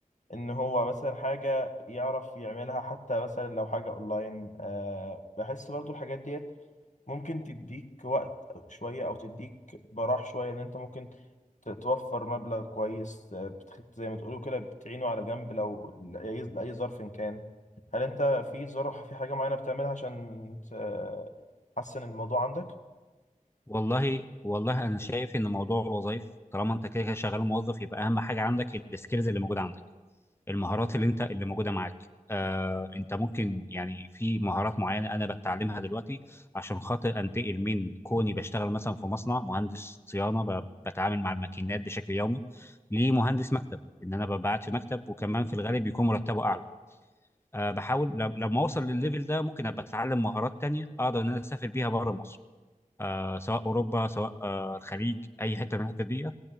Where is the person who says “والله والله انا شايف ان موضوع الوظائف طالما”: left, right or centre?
Left